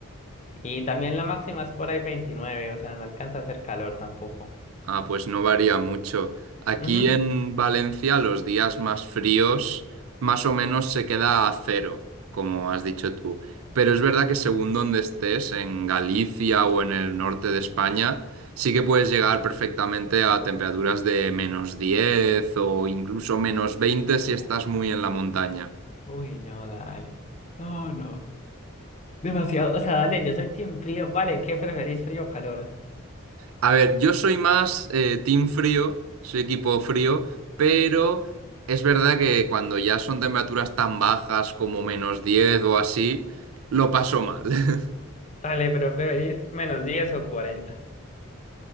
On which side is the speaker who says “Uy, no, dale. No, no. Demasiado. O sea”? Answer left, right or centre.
Left